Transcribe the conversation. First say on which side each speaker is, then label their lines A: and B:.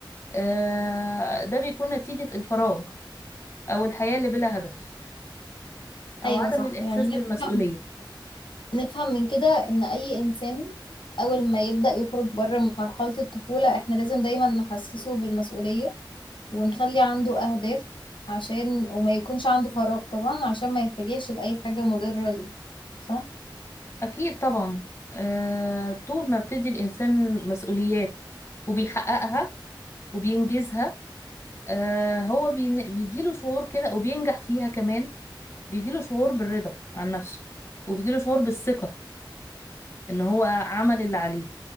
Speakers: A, on the left (about 30°); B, on the left (about 80°).
A: آه، ده بيكون نتيجة الفراغ او الحياة اللي بلا هدف أو
B: أيوة
A: عدم
B: صح
A: الإحساس
B: يعني
A: بالمسؤولية
B: نفهم نفهم من كده إن أي إنسان أول ما يبدأ يخرج بره مرحلة الطفولة إحنا لازم دايما نحسسه بالمسؤولية ونخلي عنده أهداف عشان وما يكونش عنده فراغ طبعا عشان ما يتجهش لأي حاجة مضرة ليه صح؟
A: أكيد طبعا آه، طول ما بتدي الإنسان مسؤوليات وبيحققها وبينجزها آه، هو بين- بيجيله شعور كده وبينجح فيها كمان بيجيله شعور بالرضا عن نفسه وبيجيله شعور بالثقة إن هو عمل اللي عليه